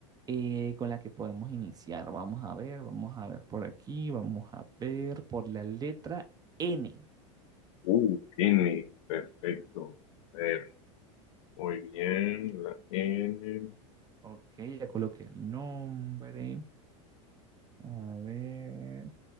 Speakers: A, on the right; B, on the left.
A: eh, con la que podemos iniciar. Vamos a ver, vamos a ver por aquí, vamos a ver por la letra N.
B: Uh, N. Perfecto. A ver, muy bien. La N.
A: Ok, ya coloqué el nombre. A ver,